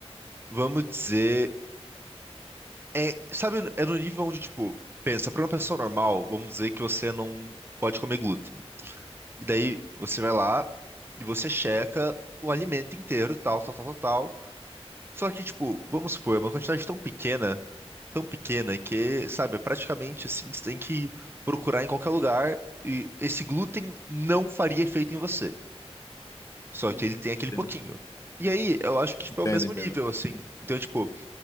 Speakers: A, on the right; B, on the left.
A: Vamos dizer, é, sabe, é no nível onde tipo, pensa, para uma pessoa normal, vamos dizer que você não pode comer glúten. E daí você vai lá e você checa o alimento inteiro, tal, tal, tal, tal, tal. Só que tipo, vamos supor, é uma quantidade tão pequena tão pequena que, sabe, é praticamente assim, você tem que procurar em qualquer lugar e esse glúten não faria efeito em você. Só
B: Sim,
A: que
B: sim,
A: ele tem aquele
B: entendo.
A: pouquinho. E aí, eu acho que, tipo,
B: Entendo,
A: é o mesmo
B: entendo.
A: nível, assim. Então, tipo,